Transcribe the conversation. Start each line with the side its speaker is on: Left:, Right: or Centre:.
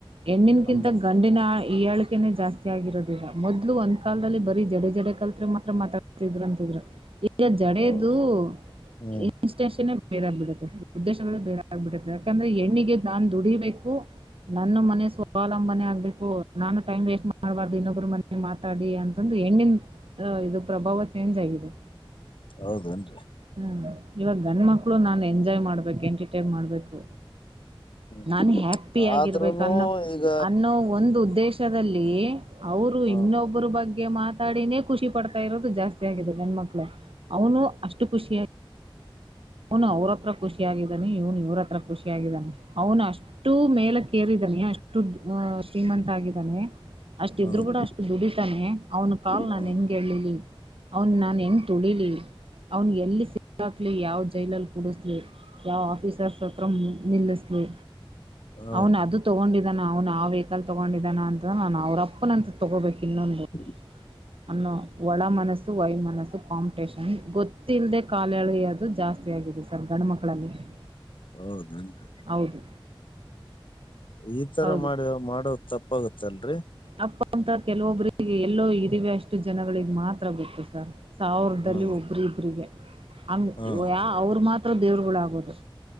Right: ಹೆಣ್ಣಿಗಿಂತ
Left: ಅಂದ್ರ
Right: ಗಂಡಿನ್ ಆ ಈಯಳಿಕೆನೆ ಜಾಸ್ತಿ ಆಗಿರೋದೀಗ ಮೊದ್ಲೂ ಒ ಕಾಲದಲ್ಲಿ ಬರೀ ಜಡೆ ಜಡೆ ಕಲ್ತ್ರೆ ಮಾತ್ರ ಮಾತಾಡ್ತಿದ್ರು ಅಂತಿದ್ರು ಈ ಜಡೆದೂ
Left: ಹೌದ್ ಹ್ಮ್
Right: <inaudible> <unintelligible> ಬೇರೆ ಆಗ್ಬಿಡತ್ತೆ ಉದ್ದೇಶಗಳೆ ಬೇರೆ ಆಗ್ಬಿಡತ್ತೆ ಯಾಕಂದ್ರೆ ಹೆಣ್ಣಿಗೆ ನಾನ್ ದುಡಿಬೇಕು ನನ್ನ ಮನೆ ಸ್ವಾವಲಂಬನೆ ಆಗ್ಬೇಕೂ ನಾನು ಟೈಮ್ ವೇಸ್ಟ್ ಮಾಡಬಾರದು ಇನ್ನೊಬ್ರ ಮ ಮಾತಾಡಿ ಅಂತಂದು ಹೆಣ್ಣಿನ್ ಇದು ಪ್ರಭಾವ ಚೇಂಜ್ ಆಗಿದೆ.
Left: ಹೌದನ್ರಿ.
Right: ಹ್ಮ ಇವಾಗ ಗಂಡ ಮಕ್ಳು ನಾನ್ ಎಂಜಾಯ್ ಮಾಡ್ಬೇಕ್ ಎಂಟರ್ಟೈನ್ ಮಾಡ್ಬೇಕು
Left: ಹ್ಮ್
Right: ನಾನ್ ಹ್ಯಾಪ್ಪಿ ಆಗಿರ್ಬೇಕ್
Left: ಆದ್ರೂನು
Right: ಅನ್ನೊ
Left: ಈಗ
Right: ಅನ್ನೋ ಒಂದು ಉದ್ದೇಶದಲ್ಲೀ ಅವರು
Left: ಹಾ
Right: ಇನ್ನೊಬ್ಬರ ಬಗ್ಗೆ ಮಾತಾಡಿನೇ ಖುಷಿ ಪಡ್ತಾ ಇರೋದು ಜಾಸ್ತಿ. ಆಗಿದೆ ಗಂಡು ಮಕ್ಳು ಅವನು ಅಷ್ಟು ಖುಷಿಯಾಗಿ ಅವನು ಅವ್ರ ಹತ್ರ ಖುಷಿಯಾಗಿದ್ದಾನೆ ಇವನು ಇವ್ರ ಹತ್ರ ಖುಷಿಯಾಗಿದ್ದಾನೆ ಅವನ್ ಅಷ್ಟ್ ಅಷ್ಟೂ ಮೇಲಕ್ಕೇರಿದ್ದಾನೆ ಅಷ್ಟು ಅ ಶ್ರೀಮಂತ ಆಗಿದಾನೆ ಅಷ್ಟಇದ್ರು
Left: ಹೌದ್ರಿ
Right: ಕೂಡ ಅಷ್ಟು ದುಡಿತಾನೆ ಅವನ್ ಕಾಲ್
Left: ಹಾ
Right: ನಾನ್ ಹೆಂಗ್ ಹೇಳಿಲಿ ಅವನ್ ನಾನ್ ಹೆಂಗ ತುಳಿಲಿ, ಅವ್ನ ಎಲ್ಲಿ ಸಿಕ್ಕಾಕ್ಲಿ ಯಾವ್ದ ಜೈಲಲ್ಲಿ ಕೂಡಿಸ್ಲಿ ಯಾವ ಆಫೀಸರ್ಸ್ ಹತ್ರ ನಿಲ್ಲಿಸ್ಲಿ
Left: ಹೌದ್
Right: ಅವನ್ ಅದು ತೊಗೊಂಡಿದಾನ ಅವ್ನು ಆ ವೆಹಿಕಲ್ ತಗೊಂಡಿದ್ದಾನ ಅಂತ ನಾನ್ ಅವ್ರಪ್ಪನಂತ ತೊಗೋಬೇಕು ಇನ್ನೊಂದು
Left: ಹ್ಞೂ <inaudible>
Right: ಅನ್ನೋ ಒಳ ಮನಸ್ ವೈಮನಸ್ಸು. ಕಾಂಪಿಟೇಷನ್ ಗೊತ್ತಿಲ್ಲದೆ ಕಾಲೆಳಿಯೋದುಜಾಸ್ತಿ ಆಗಿದೆ ಸರ್ ಗಂಡ ಮಕ್ಕಳಲ್ಲಿ. ಹ <inaudible>
Left: ಹೌದನ್ ರಿ
Right: ಹೌದು,
Left: ಈ ತರ
Right: ಹೌದು
Left: ಮಾಡ್ಯ ಮಾಡೋದ ತಪ್ಪಾಗತ್ತ ಅಲ್ರಿ
Right: ತಪ್ಪ ಅಂತ ಕೆಲವೊಬ್ರಿಗೆ ಎಲ್ಲೋ ಇರುವೆ ಅಷ್ಟು ಜನಗಳಿಗೆ ಮಾತ್ರ ಗೊತ್ತು ಸರ್. ಸಾವಿರದಲ್ಲಿ
Left: ಹ್ಮ್
Right: ಒಬ್ರ ಇಬ್ರರಿಗೆ ಹಂಗ
Left: ಹಾ
Right: ಯ ಅವರು ಮಾತ್ರ ದೇವ್ರುಗಳಾಗೋದು.